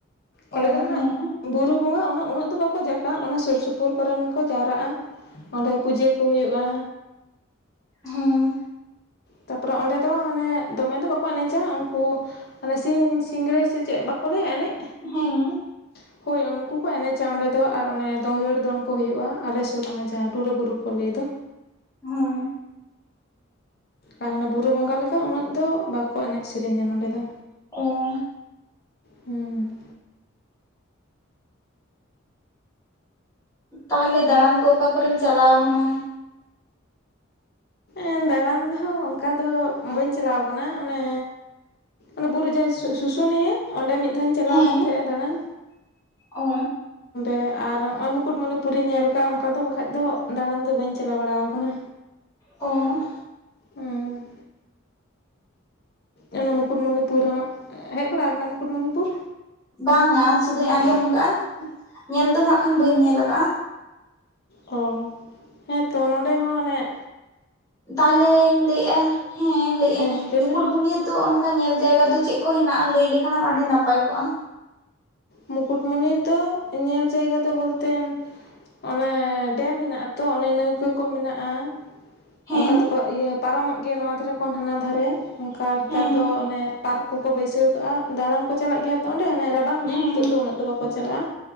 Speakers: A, on the left; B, on the left.
A: ᱚᱸᱰᱮ
B: ᱚ
A: ᱫᱚ ᱦᱟᱱᱟᱜ
B: ᱦᱮᱸ
A: ᱵᱩᱨᱩ ᱵᱚᱸᱜᱟ ᱩᱱᱟᱹ ᱩᱱᱟᱹᱜ ᱫᱚ ᱵᱟᱠᱚ ᱡᱟᱠᱟ ᱚᱱᱟ ᱥᱩᱨ ᱥᱩᱯᱩᱨ ᱠᱚᱨᱮᱱ ᱠᱚ ᱡᱟᱣᱨᱟᱜᱼᱟ᱾ ᱚᱸᱰᱮ ᱯᱩᱡᱟᱹ ᱠᱚ ᱦᱩᱭᱩᱜᱼᱟ᱾
B: ᱦᱩᱸ
A: ᱛᱟᱯᱚᱨᱮ ᱚᱸᱰᱮ ᱫᱚ ᱦᱟᱱᱮ ᱫᱚᱢᱮ ᱫᱚ ᱵᱟᱠᱚ ᱮᱱᱮᱡᱟ ᱩᱱᱠᱩ ᱦᱟᱱᱮ ᱥᱤᱧ ᱥᱤᱝᱨᱟᱹᱭ ᱥᱮ ᱪᱮᱜ ᱵᱟᱠᱚ ᱞᱮ ᱮᱱᱮᱡ?
B: ᱦᱮᱸ
A: <inaudible> ᱦᱳᱭ ᱩᱱᱠᱩ ᱠᱚ ᱮᱱᱮᱪᱟ ᱚᱸᱰᱮ ᱫᱚ ᱟᱨ ᱚᱱᱮ ᱫᱳᱝᱜᱟᱹᱲ ᱫᱚᱱ ᱠᱚ ᱦᱩᱭᱩᱜᱼᱟ ᱟᱞᱮᱥᱩᱨ ᱚᱱᱮ ᱡᱟᱦᱟᱸ ᱴᱩᱨᱟᱹ ᱵᱩᱨᱩ ᱠᱚ ᱞᱟᱹᱭ ᱫᱚ᱾
B: ᱦᱮᱸ
A: ᱟ ᱦᱟᱱᱟ ᱵᱩᱨᱩ ᱵᱚᱸᱜᱟ ᱞᱮᱠᱟ ᱩᱱᱟᱹᱜ ᱫᱚ ᱵᱟᱠᱚ ᱮᱱᱮᱡ ᱥᱮᱨᱮᱧᱟ ᱱᱚᱸᱰᱮ ᱫᱚ᱾
B: ᱚ
A: ᱦᱩᱸ
B: ᱛᱟᱦᱞᱮ ᱫᱟᱟᱲᱟᱱ ᱠᱚ ᱚᱠᱟ ᱠᱚᱨᱮᱢ ᱪᱟᱞᱟᱣ ᱠᱟᱱᱟ?
A: ᱮᱸ ᱫᱟᱬᱟᱱ ᱦᱚᱸ ᱚᱝᱠᱟ ᱫᱚ ᱵᱟᱹᱧ ᱪᱟᱞᱟᱣ ᱠᱟᱱᱟ ᱚᱱᱮ ᱚᱱᱟ ᱵᱩᱨᱩ ᱡᱟᱦᱟᱸ ᱥᱩ-ᱥᱩᱥᱩᱱᱤᱭᱟᱹ ᱚᱸᱰᱮ ᱢᱤᱫ ᱫᱷᱟᱣ ᱤᱧ ᱪᱟᱞᱟᱣ
B: ᱦᱮᱸ
A: ᱞᱮᱱ ᱛᱟᱦᱮᱸᱜᱼᱟ ᱫᱟᱬᱟᱱ᱾
B: ᱚ
A: ᱮᱸ ᱟᱨ ᱦᱚᱸᱜᱼᱚᱭ ᱢᱩᱠᱩᱰᱢᱩᱱᱤ ᱯᱩᱨᱤᱧ ᱧᱮᱞ ᱟᱠᱟᱜᱼᱟ ᱚᱝᱠᱟ ᱫᱚ ᱵᱟᱠᱷᱟᱡ ᱫᱚ ᱫᱟᱬᱟᱱ ᱫᱚ ᱵᱟᱹᱧ ᱪᱟᱞᱟᱣ ᱵᱟᱲᱟ ᱟᱠᱟᱱᱟ᱾
B: ᱚ
A: ᱦᱩᱸ ᱟᱞᱮ ᱢᱩᱠᱩᱴᱢᱩᱱᱤᱯᱩᱨᱮ ᱦᱟᱸᱜ ᱦᱮᱜ ᱵᱟᱲᱟᱣ ᱠᱟᱱᱟᱢ ᱢᱩᱠᱩᱴᱢᱩᱱᱤᱯᱩᱨ?
B: ᱵᱟᱝᱟ ᱥᱩᱫᱩ ᱟᱸᱡᱚᱢ ᱟᱠᱟᱜᱼᱟ ᱧᱮᱞ ᱫᱚ ᱱᱟᱦᱟᱜ ᱠᱷᱟᱱ ᱵᱟᱹᱧ ᱧᱮᱞ ᱟᱠᱟᱜᱼᱟ᱾
A: ᱦᱚ ᱦᱮᱸᱛᱚ ᱱᱚᱸᱰᱮ ᱦᱚᱸ ᱚᱱᱮᱜ
B: ᱛᱟᱦᱞᱮᱧ ᱞᱟᱹᱭᱮᱜᱼᱟ ᱦᱮᱸ ᱞᱟᱹᱭᱮᱜ
A: ᱦᱮᱸ
B: ᱟᱹᱧ
A: ᱞᱟᱹᱭ
B: ᱢᱩᱠᱩᱴᱢᱩᱱᱤᱭᱟᱹ
A: ᱢᱮ
B: ᱨᱮ ᱫᱚ ᱠᱚ ᱧᱮᱞ ᱡᱟᱭᱜᱟ ᱫᱚ ᱪᱮᱜ ᱠᱚ ᱦᱮᱱᱟᱜᱼᱟ ᱞᱟᱹᱭ ᱞᱮᱠᱷᱟᱱᱮᱢ ᱟᱹᱰᱤ ᱱᱟᱯᱟᱭ ᱠᱚᱜᱼᱟ?
A: ᱢᱩᱠᱩᱴᱢᱚᱱᱤ ᱫᱚ ᱧᱮᱞ ᱡᱟᱭᱜᱟ ᱫᱚ ᱵᱚᱞᱛᱮ ᱚᱱᱮ ᱰᱮᱢ ᱦᱮᱱᱟᱜ ᱟᱛᱚ ᱚᱱᱮ ᱱᱟᱹᱣᱠᱟᱹ ᱠᱚ ᱢᱮᱱᱟᱜᱼᱟ
B: ᱦᱮᱸ
A: ᱚᱱᱠᱟ ᱛᱮ ᱠᱚ ᱤᱭᱟᱹ ᱯᱟᱨᱚᱢᱚᱜ ᱜᱮᱭᱟ ᱱᱚᱣᱟ ᱫᱷᱟᱨᱮ ᱠᱷᱚᱱ ᱦᱟᱱᱟ ᱫᱷᱟᱨᱮ ᱚᱱᱠᱟ ᱱᱮᱛᱟᱨ
B: ᱦᱮᱸ
A: ᱫᱚ ᱚᱱᱮ ᱯᱟᱨᱠ ᱠᱚᱠᱚ ᱵᱟᱹᱭᱥᱟᱹᱣ ᱟᱠᱟᱜᱼᱟ ᱫᱟᱬᱟᱱ ᱠᱚ ᱪᱟᱞᱟᱜ ᱜᱮᱭᱟ ᱛᱚ ᱚᱸᱰᱮ ᱦᱟᱱᱮ ᱨᱟᱵ ᱵᱟᱝ ᱫᱤᱱ
B: ᱦᱮᱸ
A: ᱱᱤᱛᱚᱜ ᱫᱚ ᱩᱱᱟᱹᱜ ᱫᱚ ᱵᱟᱠᱚ ᱪᱟᱞᱟᱜᱼᱟ